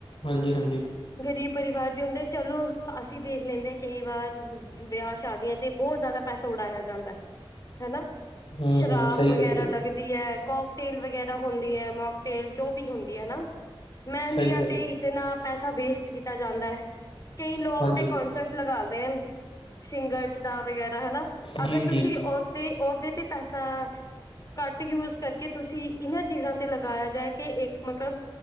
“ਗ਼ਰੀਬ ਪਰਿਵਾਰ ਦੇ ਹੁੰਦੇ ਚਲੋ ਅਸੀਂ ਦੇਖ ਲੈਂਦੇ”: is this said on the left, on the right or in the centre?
Left